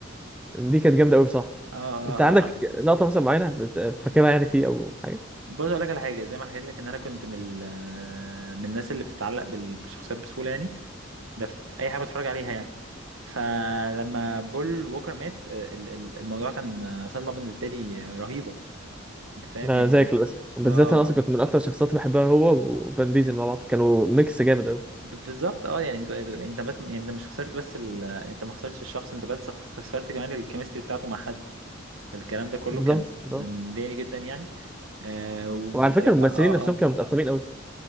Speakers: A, in the centre; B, on the right.
A: دي كانت جامده قوي بصراحه
B: اه اه
A: انت عندك
B: اه آه.
A: لقطه مثلا معينه بت- فاكرها يعني فيه او حاجه
B: بص اقول لك على حاجه زي ما حكيت لك ان انا كنت من ال- من الناس اللي بتتعلق بال- بالشخصيات بسهوله يعني ده في اي حاجه بتفرج عليها يعني فلما بول ووكر مات آه، ال- ال- الموضوع كان آه، صدمه بالنسبه لي آه، رهيبه انت فاهم
A: آه،
B: يعني
A: زيك للاسف بالذات
B: اه
A: انا اصلا كنت من اكتر الشخصيات اللي بحبها هو وفان ديزل مع بعض كانوا ميكس جامد قوي
B: ب- بالظبط اه يعني انت انت بس يعني انت مش خسرت بس ال... انت ما خسرتش الشخص انت بس خسرت كمان الكيمستري بتاعته مع حد فالكلام ده كله
A: بالظبط
B: كان مضايقني
A: بالظبط
B: جدا يعني آه
A: وعلى فكره
B: فلما
A: الممثلين
B: اه
A: نفسهم
B: اه
A: كانوا متقسمين قوي